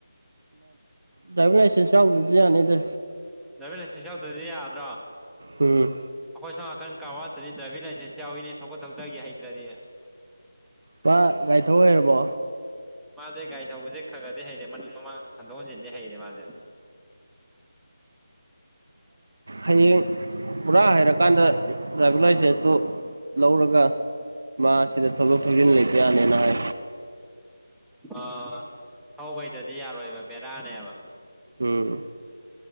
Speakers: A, on the right (about 55°); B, in the centre.
A: ꯗ꯭ꯔꯥꯏꯚꯤꯡ ꯂꯥꯏꯁꯦꯟꯁꯁ ꯌꯥꯎꯗꯗꯤ ꯌꯥꯅꯤꯗꯦ
B: ꯗ꯭ꯔꯥꯏꯚꯤꯡ ꯂꯥꯏꯁꯦꯟꯁ ꯌꯥꯎꯗ꯭ꯔꯗꯤ ꯌꯥꯗ꯭ꯔꯣ
A: ꯎꯝ
B: ꯑꯩꯈꯣꯏ ꯁꯅꯥꯀꯟ ꯀꯥꯋꯥꯇꯗꯤ ꯗ꯭ꯔꯥꯏꯚꯤꯡ ꯂꯥꯏꯁꯦꯟꯁ ꯌꯥꯎꯋꯅꯦ ꯊꯧꯒꯠ ꯊꯧꯗꯒꯤ ꯍꯩꯇ꯭ꯔꯗꯤ
A: <unintelligible> ꯒꯥꯔꯤ ꯊꯧꯍꯩꯔꯕꯣ
B: ꯃꯥꯁꯦ ꯒꯥꯔꯤ ꯊꯧꯕꯁꯦ ꯈꯔ ꯈꯗꯤ ꯍꯩꯔꯦ ꯃꯅꯤꯡ ꯃꯃꯥꯡ ꯁꯟꯗꯣꯛ ꯍꯟꯖꯤꯟꯗꯤ ꯍꯩꯔꯦ ꯃꯥꯁꯦ
A: ꯍꯌꯦꯡ ꯄꯨꯔꯥ ꯍꯩꯔꯀꯥꯟꯗ ꯗ꯭ꯔꯥꯏꯚꯤꯡ ꯂꯥꯏꯁꯦꯟꯁꯇꯨ ꯂꯧꯔꯒ ꯃꯥ ꯁꯤꯗ ꯊꯧꯗꯣꯛ ꯊꯧꯖꯤꯟ ꯂꯩꯕ ꯌꯥꯅꯦꯅ ꯍꯥꯏ
B: ꯑ ꯊꯧꯕꯩꯗꯗꯤ ꯌꯥꯔꯣꯏꯕ ꯕꯦꯔꯥꯅꯦꯕ
A: ꯎꯝ